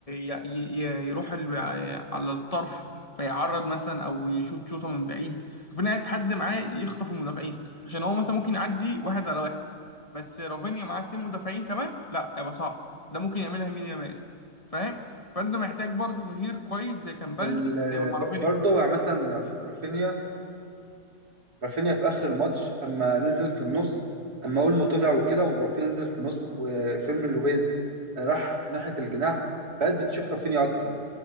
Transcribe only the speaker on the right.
ال-
ب-
برضه يعني مثلا رف- رافينيا رافينيا في اخر الماتش اما نزل في النص اما اولمو طلع وكده ورافينيا نزل في النص وفيرمين لويز راح في ناحيه الجناح بقت بتشوف رافينيا اكتر